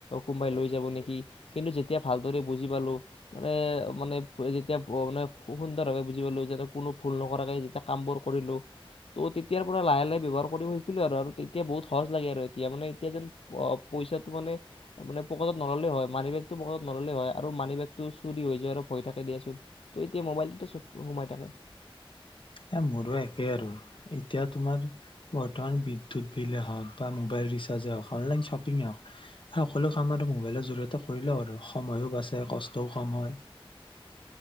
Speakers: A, on the left; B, on the left.
A: কোনোবাই লৈ যাব নেকি কিন্তু যেতিয়া ভালদৰে বুজি পালো মানে মানে যেতিয়া মানে সুন্দৰভাৱে বুজি পালো যে কোনো ভুল নহয়। যেতিয়া কাম বোৰ কৰিলো আৰু তেতিয়া বহুত সহজ লাগে আৰু এতিয়া মানে এতিয়া যেন পইচাটো মানে পকেট ত নললে হয় মানি বেগত নললে হয় আৰু মানি বেগটো চ হৈ যায় আৰু ভয় থাকে দিয়াচোন এতিয়া মবাইলটো সোমই থাকে।
B: এ মোৰো একেই আৰু এতিয়া তোমাৰ বৰ্তমান বিদ্যুত বিলে হওঁক বা মোবাইল ৰিচাৰ্জে হওঁক অনলাইন শ্বপিঙ হওঁক সকলো কামত আৰু মোবাইলৰ জৰিয়তে কৰিলেও আৰু সময়ো বাচে কষ্টও কম হয়।